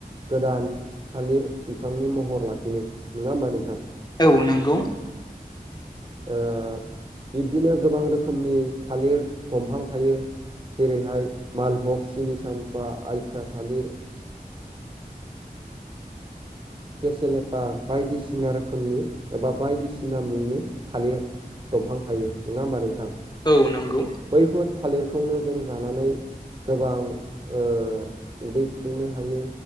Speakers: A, on the right (about 30°); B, on the left (about 25°).
A: गोदान थालिर बिफांनि महर लाफिनो, नङा होमबा नोंथां?
B: औ नंगौ।
A: ओ बिब्दिनो गोबां रोखोमनि थालिर दंफां थायो। जेरैहाय मालभग सिनि साम्फा आइथिया थालिर केसेलेपा बायदिसिना रोखोमनि एबा बायदिसिना मुंनि थालिर। दंफां थायो नङा होमबा नोंथां।
B: औ नंगौ
A: बैफोर थालिरखौनो जों जानानै गोबां ओ उदै सुफुंनो हायो